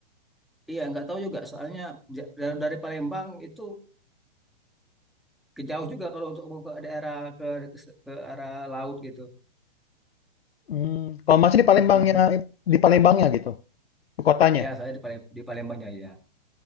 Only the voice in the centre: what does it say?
iya, nggak tahu juga. Soalnya ja- dari, dari Palembang itu ke jauh juga kalau untuk mau ke daerah ke, ke arah laut gitu.
Mm-mm.
Ya, saya di, Palem- di Palembangnya ya.